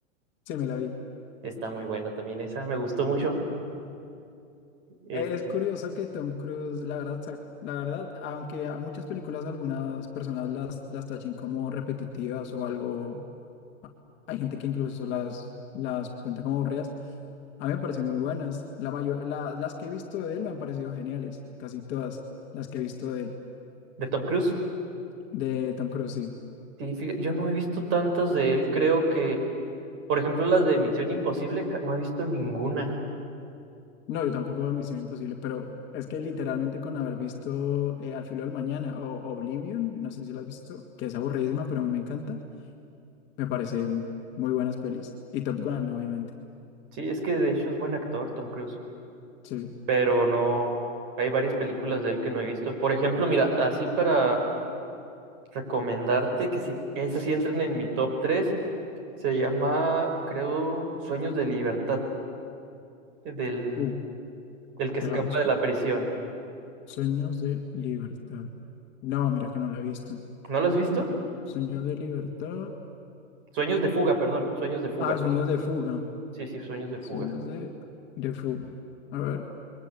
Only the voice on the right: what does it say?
Está muy buena también esa, me gustó mucho. Es
de Tom Cruise.
Sí, fí- yo no he visto tantas de él, creo que, por ejemplo, las de Misión Imposible, ja- no he visto ninguna.
Sí, es que de hecho es buen actor, Tom Cruise.
pero no, hay varias películas de él que no he visto. Por ejemplo, mira, así para recomendarte que si esas sí entran en mi top 3 se llama, creo, Sueños de Libertad, del,
del que escapa
de la prisión.
¿No lo has visto?
Sueños de fuga, perdón, Sueños de fuga.
Sí, sí, Sueños de fuga.